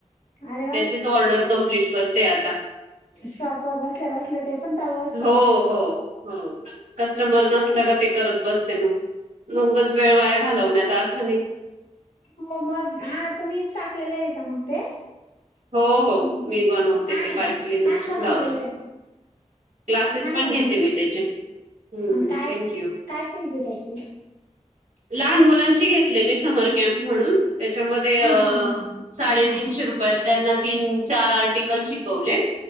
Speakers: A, on the left (about 85°); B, on the right (about 70°).
A: अरे वा
B: त्याचीच ऑर्डर कमप्लीट करते आता,
A: शॉप वर बसल्या बसले ते पण चालू अस,
B: हो, हो, हो कस्टमर
A: चांगलं
B: नसला का ते, करत बसते मग मग उगच वेळ वाया घालव, अर्थ नाही,
A: हो मग हा तुम्हीच टाकलेलं आहे का मग ते?
B: हो
A: हम्म.
B: हो मी बनवते
A: छान
B: ते,
A: आहे
B: पाईप क्लनरचे
A: छान बनवलेलं
B: फ्लावरर्,
A: आहे
B: क्लासेस
A: छान
B: पण
A: बनवलं
B: घेते मी त्याचे, हं.
A: आणि काय
B: थँक यू.
A: काय फीज आहे त्याची,
B: लहान मुलांची घेतले मी, समर कॅम्प म्हणून, त्याच्यामध्ये अ,
A: हा हा हा
B: साडेतीनशे
A: हा
B: रुपयात. त्यांना तीन चार आर्टिकल शिकवले,